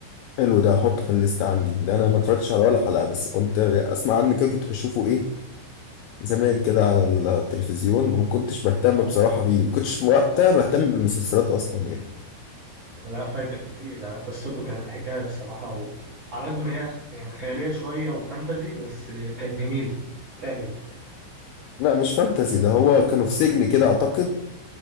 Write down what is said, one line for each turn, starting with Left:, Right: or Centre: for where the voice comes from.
Left: حلو ده احطه في الليست عندي ده انا ما اتفرجتش على ولا حلقة بس كنت اسمع عنه كده كنت بشوفه ايه زمان كده على التلفزيون وما كنتش بهتم بصراحة بيه ما كنتش في وقتها بهتم بالمسلسلات اصلا يعني
Right: لا فايتك كتير آه، قصته كانت حكايه الصراحه وعلى قد ما هي يعني خياليه شويه وفانتزي بس كانت جميله هتعجبك
Left: لا مش فانتزي ده هو كانوا في سجن كده اعتقد